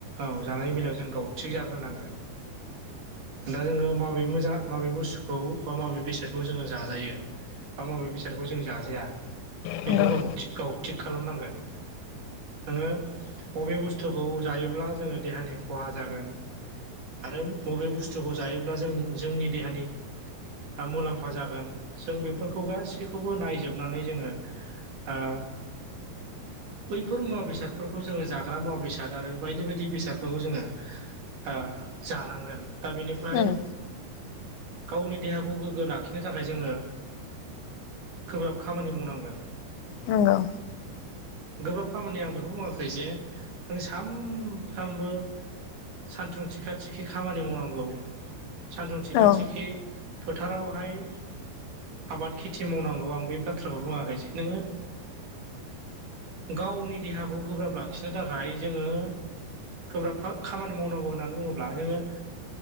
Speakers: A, on the right; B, on the left.
A: औ जानायनि बेलायाव जों गाव थिग जाग्रोनांगोन दा जोङो माबे मोजा माबे बुस्थुखौ बा माबे बेसादखौ जोङो जाजायो बा माबे बेसादखौ जों जाजाया
B: नंगौ
A: बेखौ आं थि गाव थिग खालामनांगोन नोङो बबे बुस्थुखौ जायोब्ला जोङो देहानि खहा जागोन आरो बबे बुस्थुखौ जायोब्ला जों जोंनि देहानि फा मुलाम्फा जागोन जों बेफोरखौ गासैखौबो नायजोबनानै जोङो आ बैफोर मुवा बेसादफोरखौ जोङो जाग्रा मुवा बेसाद आरो बायदि बायदि बेसादफोरखौ जोङो आ जानांगोन दा बेनिफ्राय
B: नंगौ
A: गावनि देहाख खौ गोग्गो लाखिनो थाखाय जोङो, गोब्राब खामानि मावनांगोन।
B: नंगौ।
A: <inaudible> गोब्राब खामानि आं बेखौ बुङाखै जे नों सानफ्रामबो सान्थुं थिखा थिखि खामानि मावनांगौ। सान्दुं थिखा
B: उम नंगौ औ
A: थिखि फोथारावहाय आबाद खेथि मावनांगौ आं बे बाथ्राखौ बुङाखै जे नोङो गावनि देहाखौ गोब्राब लाखिनो थाखाय जोङो गोब्राब हो खामानि मावनांगौ होननानै बुङोब्ला जोङो